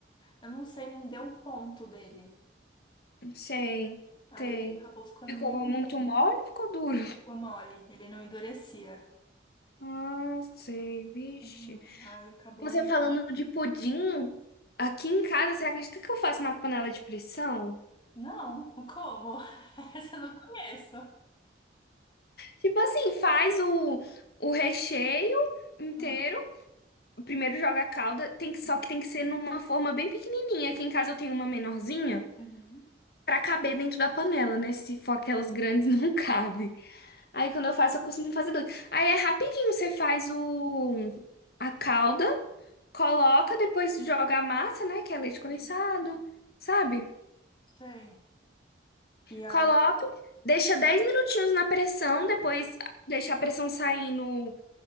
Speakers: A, on the left; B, on the left.
A: Eu não sei, não deu o ponto dele.
B: Sei,
A: Aí
B: sei.
A: ele acabou ficando
B: Ficou
A: meio mole.
B: muito mole ou ficou duro?
A: Ficou mole, ele não endurecia.
B: Ah, sei, vixe.
A: Hum, Aí acabou
B: Você
A: não.
B: falando de pudim, aqui em casa, você acredita que eu faço na panela de pressão?
A: Não, como? <laughs> Essa eu não conheço.
B: Tipo assim, faz o, o recheio inteiro.
A: Hum,
B: Primeiro joga a calda, tem que, só
A: uhum,
B: que tem que ser numa forma bem pequenininha. Aqui em casa eu tenho uma menorzinha
A: uhum,
B: pra caber dentro da panela, né? Se for aquelas grandes, <laughs> não cabe. Aí quando eu faço, eu costumo fazer dois. Aí é rapidinho, você faz o, a calda. Coloca, depois joga a massa, né? Que é leite condensado,
A: uhum.
B: sabe?
A: Sei. E aí,
B: Coloca, deixa 10 minutinhos na pressão, depois deixa a pressão saindo